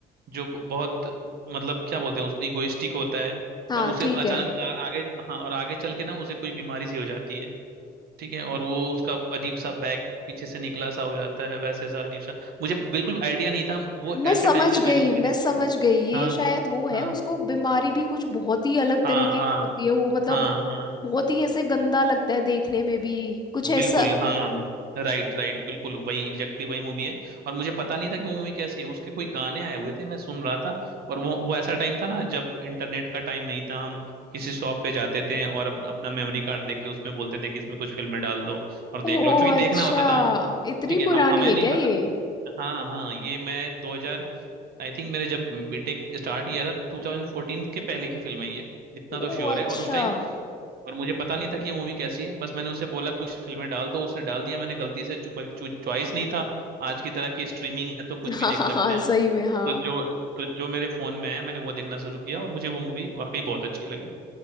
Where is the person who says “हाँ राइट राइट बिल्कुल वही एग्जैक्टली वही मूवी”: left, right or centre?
Right